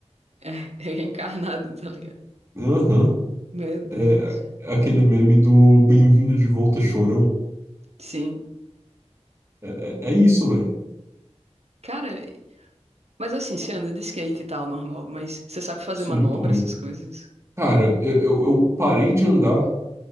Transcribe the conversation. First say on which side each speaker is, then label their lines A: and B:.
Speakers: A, on the right; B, on the right.
A: É, <laughs> é reencarnado, tá ligado?
B: Aham.
A: Meu Deus.
B: É
A: velho.
B: é aquele meme do Bem-vindo de volta, chorão.
A: Sim.
B: É, é é isso, velho.
A: Cara, mas assim, você anda de skate e tal, normal, mas você sabe fazer
B: Sou
A: manobra,
B: muito ruim.
A: essas coisas?
B: Cara, eu, eu eu parei de andar,